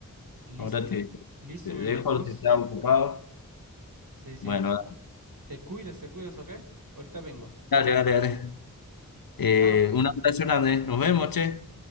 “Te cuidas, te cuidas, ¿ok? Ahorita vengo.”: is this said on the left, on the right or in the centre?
Right